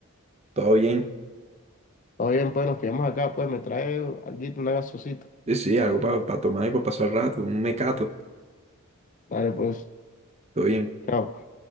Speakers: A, on the right; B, on the left.
A: todo bien.
B: Todo bien, pues nos pillamos acá, pues me trae alguito, una gaseosita.
A: Sí, sí, algo para tomar y para pasar el rato, un mecato,
B: Dale, pues,
A: todo bien.
B: chao.